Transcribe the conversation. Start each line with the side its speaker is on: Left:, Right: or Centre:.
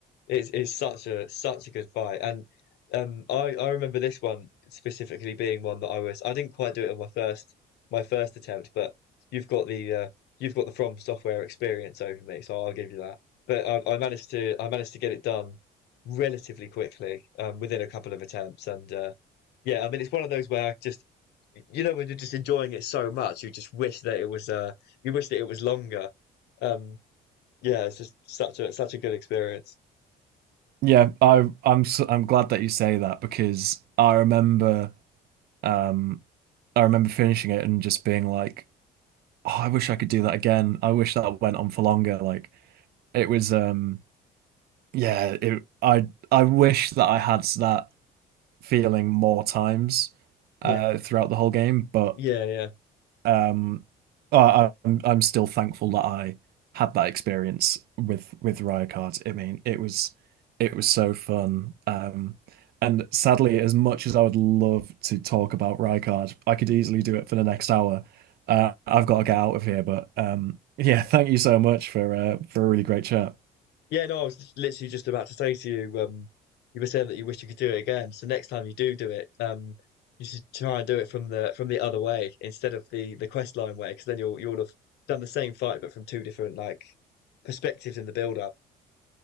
Left: It's it's such a such a good fight, and um, I I remember this one specifically being one that I was I didn't quite do it on my first my first attempt, but you've got the uh, you've got the From Software experience over me, so I'll give you that. But I, I managed to I managed to get it done relatively quickly, um, within a couple of attempts, and uh, yeah, I mean it's one of those where I just you know when you're just enjoying it so much, you just wish that it was uh you wish that it was longer. Um, yeah, it's just such a such a good experience.
Right: Yeah, I I'm so, I'm glad that you say that because I remember um I remember finishing it and just being like, oh, I wish I could do that again. I wish that went on for longer. Like it was um yeah, it I I wish that I had that feeling more times uh
Left: Yeah.
Right: throughout the whole game, but
Left: Yeah, yeah.
Right: Um, I, I'm I'm still thankful that I had that experience with with Riot I mean, it was it was so fun. Um, and sadly, as much as I would love to talk about Riot I could easily do it for the next hour. Uh, I've got to get out of here, but um, <laughs> yeah, thank you so much for uh, for a really great chat.
Left: Yeah, no, I was literally just about to say to you, um, you were saying that you wish you could do it again. So next time you do do it, um, you should try and do it from the from the other way instead of the the quest line way, because then you'll you'll have done the same fight but from two different like perspectives in the build up.